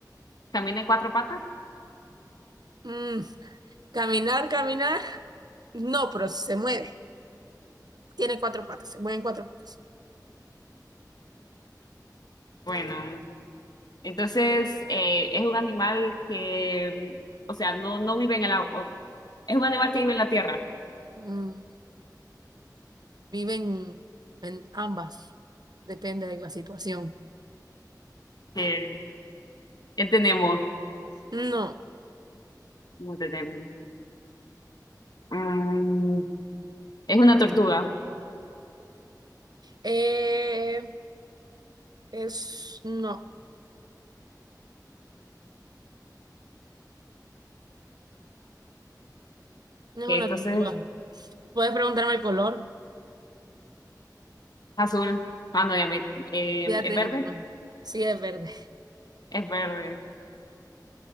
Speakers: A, on the left; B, on the right.
A: ¿Camina en cuatro patas?
B: Mm, caminar, caminar. No, pero se mueve. Tiene cuatro patas, se mueven cuatro patas.
A: Bueno, entonces eh, es un animal que, o sea, no, no vive en el agua. Es un animal que vive en la Tierra.
B: Mm, viven en ambas, depende de la situación.
A: Eh, entendemos,
B: No,
A: no entendemos. Mm, es una tortuga,
B: eh, es, no, no es
A: que
B: una
A: entonces
B: tortuga. Puedes preguntarme el color,
A: azul. Ah, no, ya me... eh,
B: ya
A: ¿es
B: te
A: verde?
B: que no. Sí, es verde.
A: Es verde.